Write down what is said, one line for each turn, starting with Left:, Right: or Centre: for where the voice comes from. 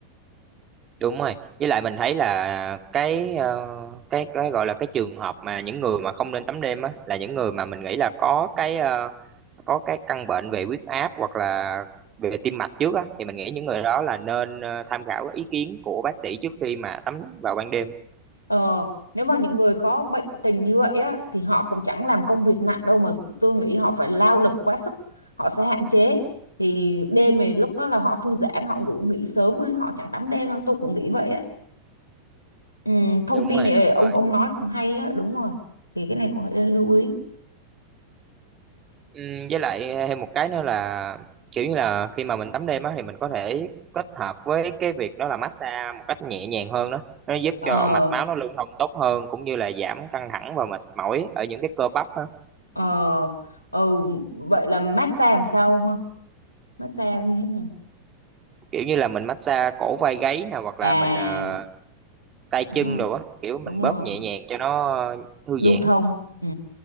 Right: Đúng rồi, với lại mình thấy là cái ờ, cái cái gọi là cái trường hợp mà những người mà không nên tắm đêm á là những người mà mình nghĩ là có cái ờ, có cái căn bệnh về huyết áp hoặc là về tim mạch trước á thì mình nghĩ những người đó là nên ờ, tham khảo ý kiến của bác sĩ trước khi mà tắm vào ban đêm.
Left: ờ nếu mà những người có bệnh tình như vậy á thì họ cũng chẳng làm công việc nặng đâu mà tôi nghĩ họ phải lao lực quá sức họ sẽ hạn chế thì đêm thì lúc đó là họ thư giãn họ ngủ nghỉ sớm ấy, họ chẳng tắm đêm đâu tôi cũng nghĩ vậy á Ừ, thông
Right: Đúng
Left: tin
Right: rồi,
Left: này
Right: đúng
Left: ông
Right: rồi.
Left: ông nói cũng hay á đúng rồi thì cái này cũng phải nên lưu ý
Right: Ừ, với lại ờ, thêm một cái nữa là kiểu như là khi mà mình tắm đêm á thì mình có thể kết hợp với cái việc đó là massage một cách nhẹ nhàng hơn đó nó giúp
Left: ờ
Right: cho mạch máu nó lưu thông tốt hơn cũng như là giảm căng thẳng và mệt mỏi ở những cái cơ bắp á
Left: ờ ờ vậy là massage làm sao không ha massage như thế nào
Right: kiểu như là mình massage cổ vai gáy nè hoặc
Left: à
Right: là mình ờ, tay
Left: đúng
Right: chân
Left: rồi
Right: đồ á kiểu mình
Left: đúng rồi
Right: bóp nhẹ nhàng cho nó thư
Left: lưu
Right: giãn
Left: thông ừ